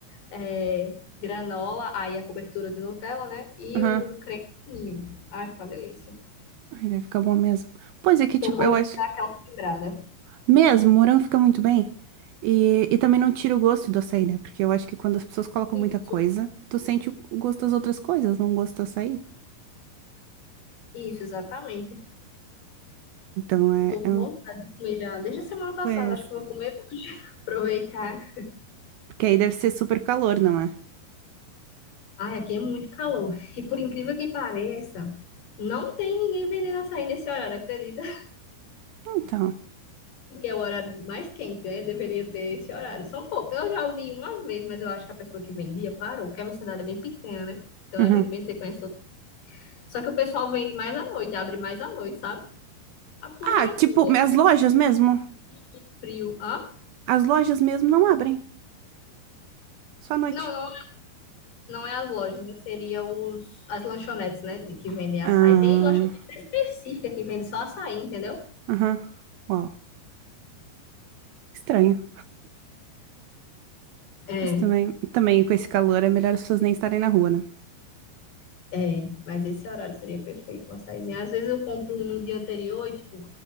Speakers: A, on the left; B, on the right.
A: é, granola, aí a cobertura de Nutella, né? E
B: Aham.
A: o creme de ninho. Ai, fica uma delícia.
B: Ai, deve ficar bom mesmo. Pois é que,
A: Porque
B: tipo,
A: o morango
B: eu acho
A: dá aquela quebrada.
B: Mesmo, morango fica muito bem. E, e também não tira o gosto do açaí, né? Porque eu acho que quando as pessoas colocam
A: Isso,
B: muita coisa, tu sente o gosto das outras coisas, não o gosto do açaí.
A: isso, exatamente.
B: Então é,
A: Eu tô com
B: é, um-
A: vontade de comer já desde a semana passada.
B: pois,
A: Acho que eu vou comer hoje. <laughs> Aproveitar.
B: porque aí deve ser super calor, não é?
A: Ai, aqui é muito calor. E por incrível que pareça, não tem ninguém vendendo açaí nesse horário, acredita?
B: Então.
A: porque é o horário mais quente, né? Deveria ter esse horário. São poucos. Eu já ouvi uma vez, mas eu acho que a pessoa que vendia parou, porque a minha cidade é bem pequena, né? Então
B: uhum.
A: a gente bem dizer conhece outra. Só que o pessoal vende mais à noite, abre mais à noite, sabe? Ah, por
B: Ah,
A: mais
B: tipo,
A: que noite
B: as lojas mesmo.
A: que frio. Hã?
B: As lojas mesmo não abrem. Só à noite.
A: Não, não, não é as lojas, né? Seria os, as lanchonetes, né? de- Que vendem açaí.
B: Ah,
A: Tem lanchonete específica que vende só açaí, entendeu?
B: aham. Uau. Estranho.
A: É.
B: Mas também, também com esse calor é melhor as pessoas nem estarem na rua, né?
A: É, mas esse horário seria perfeito, uma açaizinho. Às vezes eu compro um no dia anterior e, tipo,